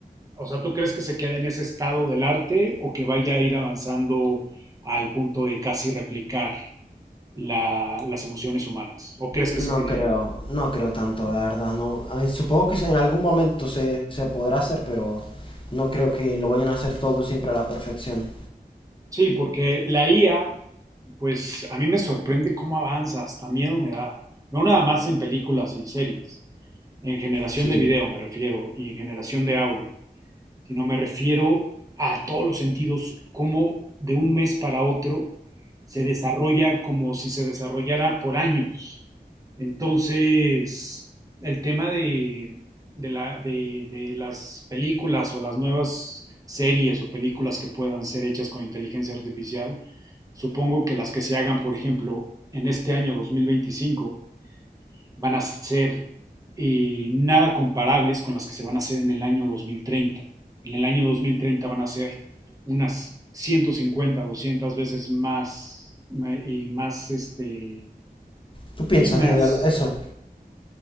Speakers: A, on the right (about 20°); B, on the left (about 30°).
A: o sea, tú crees que se quede en ese estado del arte o que vaya a ir avanzando al punto de casi replicar la- las emociones humanas? ¿O crees que
B: No
A: se quede
B: creo,
A: ahí?
B: no creo tanto, la verdad. No, Ay, supongo que se- en algún momento se, se podrá hacer, pero no creo que lo vayan a hacer todo siempre a la perfección.
A: Sí, porque la IA, pues a mí me sorprende cómo avanza, hasta miedo me da. No nada más en películas y series, en generación
B: Sí.
A: de video me refiero y en generación de audio, sino me refiero a todos los sentidos, cómo de un mes para otro se desarrolla como si se desarrollara por años. Entonces, el tema de, de, la, de, de las películas o las nuevas series o películas que puedan ser hechas con inteligencia artificial, supongo que las que se hagan, por ejemplo, en este año 2025 van a ser eh, nada comparables con las que se van a hacer en el año dos mil treinta En el año 2030 van a ser unas 150 200 veces más, eh, más este,
B: ¿Tú piensas
A: finas,
B: de verdad eso?